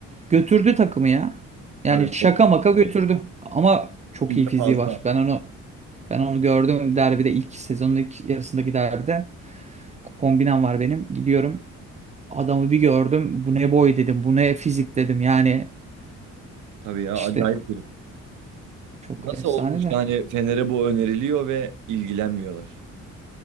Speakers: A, on the right; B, on the right.
A: götürdü takımı ya. Yani
B: Tabii
A: şaka
B: o
A: maka götürdü. Ama çok
B: süre
A: iyi fiziği
B: fazla.
A: var. Ben onu ben onu gördüm derbide ilk sezonun ilk yarısındaki derbide kombinem var benim. Gidiyorum. Adamı bir gördüm. Bu ne boy dedim. Bu ne fizik dedim. Yani
B: Tabii ya
A: işte
B: acayip biri.
A: çok
B: Nasıl
A: efsane
B: olmuş
A: de.
B: yani Fener'e bu öneriliyor ve ilgilenmiyorlar.